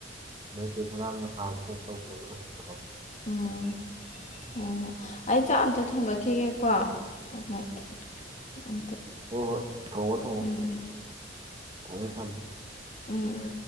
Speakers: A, on the right; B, on the left.
A: ꯅꯣꯏ ꯆꯦꯁꯅꯥ ꯍꯥꯟꯕ ꯀꯩꯅꯣꯝ ꯇꯧꯕꯅꯦꯕ ꯂꯨꯍꯣꯡꯕꯗꯣ
B: ꯎꯝ ꯍꯣꯏ ꯍꯣꯏ ꯑꯩ ꯆꯥꯛ ꯑꯝꯇ ꯊꯣꯡꯒꯠꯈꯤꯒꯦꯀꯣ ꯑꯃꯨꯛ ꯑꯝꯇ
A: ꯍꯣ ꯍꯣꯏ ꯊꯣꯡꯉꯣ ꯊꯣꯡꯉꯣ
B: ꯎꯝ ꯎꯝ
A: ꯊꯃꯦ ꯊꯝꯃꯦ
B: ꯎꯝ ꯎꯝ